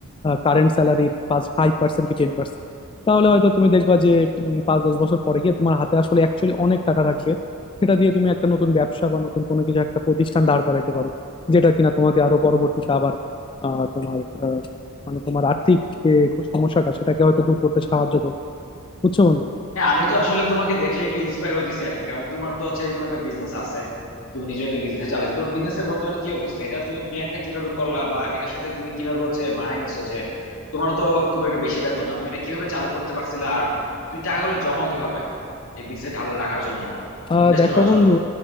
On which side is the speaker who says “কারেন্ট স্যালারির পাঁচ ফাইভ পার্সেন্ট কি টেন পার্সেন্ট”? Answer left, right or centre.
Left